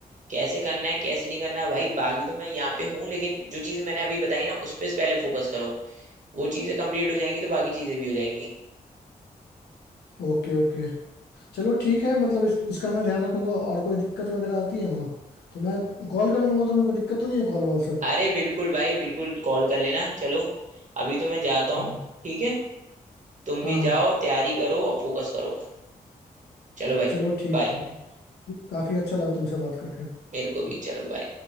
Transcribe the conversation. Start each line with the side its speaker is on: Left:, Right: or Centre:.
Right: कैसे करना है कैसे नहीं करना है भाई बाकी तो मैं यहाँ पे हूँ लेकिन जो चीज मैंने अभी बताई ना उस पे पहले फोकस करो वो चीजें कंप्लीट हो जाएंगी तो बाकी चीजें भी हो जाएंगी
Left: Okay okay चलो ठीक
Right: हम्म।
Left: है मतलब इस, इसका मैं ध्यान रखूंगा और कोई दिक्कत वगैरह आती है ना तो मैं कॉल कर लूंगा तुम्हें कोई दिक्कत तो नहीं है कॉल वॉल से
Right: अरे बिल्कुल भाई बिल्कुल कॉल कर लेना चलो अभी तो मैं जाता हूँ
Left: हम्म।
Right: ठीक है तुम
Left: हाँ
Right: भी
Left: हाँ
Right: जाओ तैयारी करो और फोकस करो चलो भाई
Left: चलो ठीक
Right: बाय
Left: है काफी अच्छा लगा तुमसे बात करके
Right: मेरे को भी चलो bye।